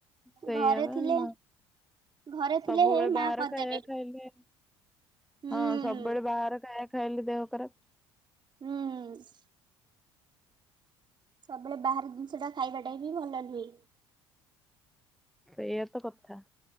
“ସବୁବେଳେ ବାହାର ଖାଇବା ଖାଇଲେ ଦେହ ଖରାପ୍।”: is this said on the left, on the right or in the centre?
Centre